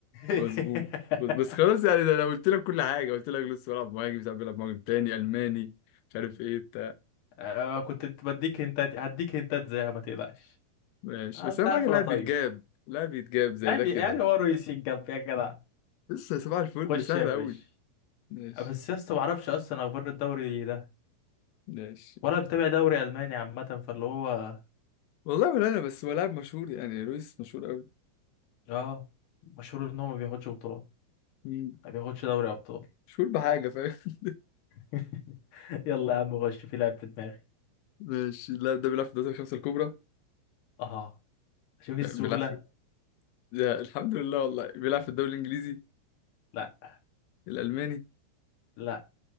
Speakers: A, on the left; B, on the left.
A: <laughs>
B: مظبوط بس بس خلاص يعني ده انا قلت لك كل حاجه قلت لك لسه بلعب مهاجم ساعات بلعب مهاجم تاني الماني مش عارف ايه بتاع
A: أنا كنت بديك هنتات هديك هنتات زيها ما تقلقش
B: ماشي
A: آه،
B: بس
A: انت
B: اهم
A: عارف
B: حاجه اللاعب
A: انا طيب
B: بيتجاب اللاعب بيتجاب زي
A: يعني
B: ده كده
A: يعني هو رويس يتجاب يا جدع
B: لسه صباح الفل
A: خش
B: سهل
A: يا باشا
B: قوي ماشي
A: آه، بس يا اسطى ما اعرفش اصلا اخبار الدوري ده
B: ماشي
A: ولا متابع دوري الماني عامه فاللي هو
B: والله ولا انا بس هو لاعب مشهور يعني لويس مشهور
A: اه مشهور ان هو ما بياخدش بطولات
B: قوي
A: ما بياخدش دوري ابطال
B: مش فول بحاجة فاهم
A: <laughs> يلا يا عم خش في لعب في دماغي
B: ماشي اللاعب ده بيلعب في الدوري الخمسة الكبرى
A: اه شوف السهوله
B: لا، بيلعب في يا الحمد لله والله بيلعب في الدوري الإنجليزي
A: لا
B: الألماني
A: لا